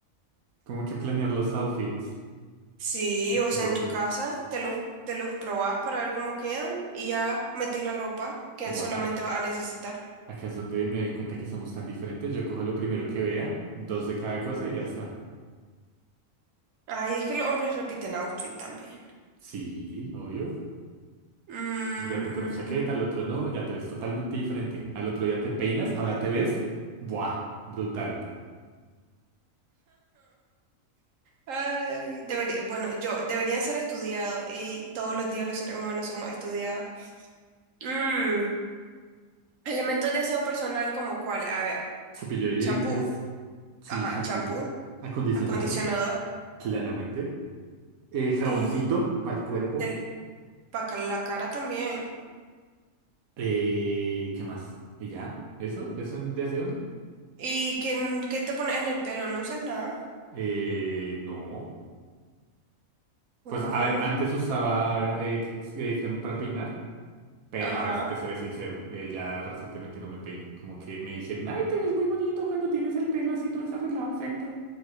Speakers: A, on the right (about 80°); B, on the right (about 65°).
A: ¿cómo que planear los outfits?
B: Sí, o sea,
A: Yo,
B: en tu casa te los, te los probas para ver cómo quedan y ya metes la ropa que
A: Buah,
B: solamente
A: ac-
B: vas a necesitar.
A: acá es donde me doy cuenta que somos tan diferentes. Yo cojo lo primero que vea, dos de cada cosa y ya está.
B: Ay, es que los hombres repiten outfit también.
A: Sí, obvio.
B: Mm,
A: Un día te pones chaqueta, al otro no, ya te ves totalmente diferente. Al otro día te peinas, ahora te ves, buah, brutal.
B: ay, debería, bueno, yo, deberían ser estudiados y todos los días los seres humanos somos estudiados. Mm, elementos de aseo personal como cuáles, a ver,
A: Cepillo de dientes,
B: champú,
A: sí,
B: ajá,
A: shampoo,
B: champú,
A: acondicionador,
B: acondicionador,
A: claramente. Eh, jaboncito
B: eh,
A: para el cuerpo.
B: del, para la cara también.
A: Eh, ¿qué más? ¿Y ya? ¿Eso? ¿Eso de aseo, no?
B: ¿Y qué, qué te pones en el pelo? ¿No usas nada?
A: Eh, no.
B: Mm.
A: Pues a ver, antes usaba eh, c- eh, crema para peinar. Pero
B: Ajá.
A: a ver, te seré sincero, eh, ya recientemente no me peino. Como que me dijeron, ay, te ves muy bonito cuando tienes el pelo así todo desarreglado al frente.